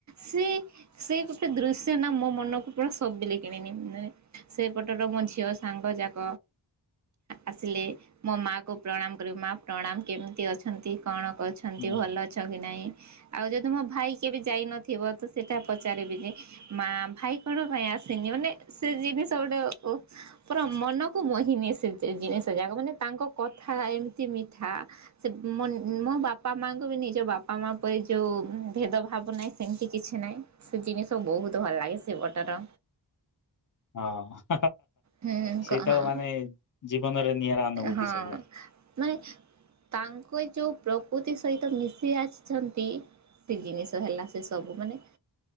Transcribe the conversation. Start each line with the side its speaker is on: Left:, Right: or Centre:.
Right: ସେ ସେ ଗୋଟେ ଦୃଶ୍ୟ ନା ମୋ ମନକୁ ପୁରା ସବିଲେ କିଣିନିଏ। ନେ ସେପଟରେ ମୋ ଝିଅ ସାଙ୍ଗ ଯାକ ଆସିଲେ ମୋ ମା କୁ ପ୍ରଣାମ କରିବି ମା ପ୍ରଣାମ କେମିତି ଅଛନ୍ତି। କଣ? ଅଛନ୍ତି
Left: ହୁଁ।
Right: ଭଲ ଅଛ କି ନାହିଁ? ଆଉ ଯଦି ମୋ ଭାଇ କେବେ ଯାଇନଥିବ ତ ସେଟା ପଚାରିବି ଯେ ମା ଭାଇ କଣ ପାଇଁ ଆସିନି। ମାନେ ସେ ଜିନିଷ ଗୋଟେ ଓ ପୁରା ମନକୁ ମୋହିନିଏ ସେ ଯେ ଜିନିଷ ଯାକ ମାନେ ତାଙ୍କ କଥା ଏମିତି ମିଠା ସେ ମନ୍ ମୋ ବାପା ମାଙ୍କୁ ବି ନିଜ ବାପା ମା ପରି ଯୋଉ ଭେଦଭାବ ନାହିଁ ସେମିତି କିଛି ନାହିଁ ସେ ଜିନିଷ ବହୁତ ଭଲ ଲାଗେ ସେପଟର
Left: ହଁ
Right: ହୁଁ
Left: ସେଇତ
Right: କହ ହଁ
Left: ମାନେ ଜୀବନରେ ନିଆରା ଅନୁଭୂତି
Right: ହଁ
Left: ସେଗୁଡା
Right: ମାନେ ତାଙ୍କ ଯୋଉ ପ୍ର ତି ସହିତ ମିଶି ଆସିଛନ୍ତି। ସେ ଜିନିଷ ହେଲା ସେ ସବୁ ମାନେ